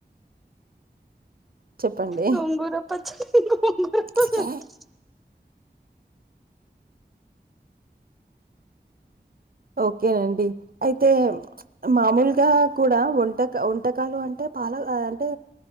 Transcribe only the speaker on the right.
చెప్పండి
ఆ
ఓకేనండి అయితే మామూలుగా కూడా వంట క ఒన్ వంటకాలు అంటే పాల ఆ అంటే